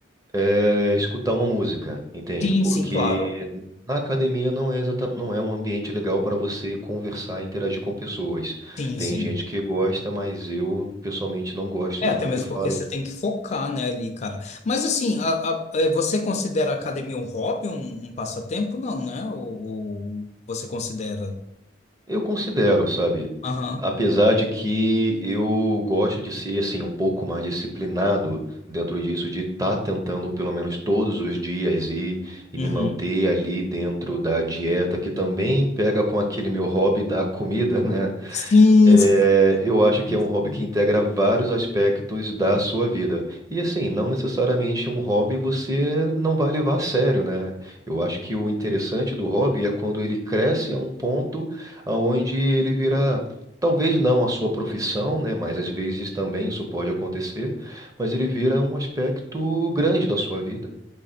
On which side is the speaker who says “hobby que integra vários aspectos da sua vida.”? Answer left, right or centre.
Right